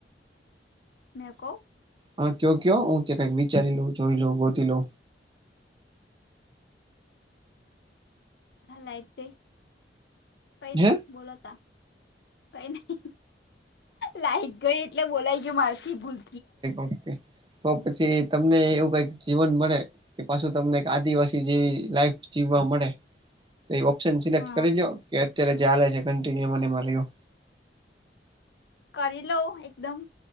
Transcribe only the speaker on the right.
હા કયો કયો હું ત કઈક વિચારી લઉ જોઈ લઉં ગોતી લઉ
હે
ઓકે, તો પછી તમને એવું કંઈક જીવન મળે. કે પાછું તમને આદિવાસી જેવી લાઈફ જીવવા મળે. તો એ ઓપ્શન સિલેક્ટ
કરી લો, કે અત્યારે જે ચા છે કન્ટિન્યુ મને રહ્યો.